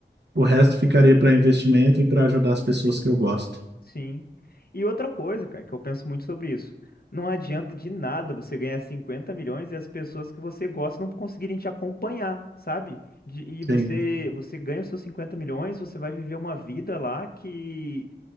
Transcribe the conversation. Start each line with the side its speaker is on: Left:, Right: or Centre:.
Right: o resto ficaria para investimento e para ajudar as pessoas que eu gosto.
Left: Sim. E outra coisa, cara, que eu penso muito sobre isso. Não adianta de nada você ganhar 50 milhões e as pessoas que você gosta não conseguirem te acompanhar, sabe? De- e você,
Right: Sim,
Left: você ganha os seus 50 milhões, você vai viver uma vida lá que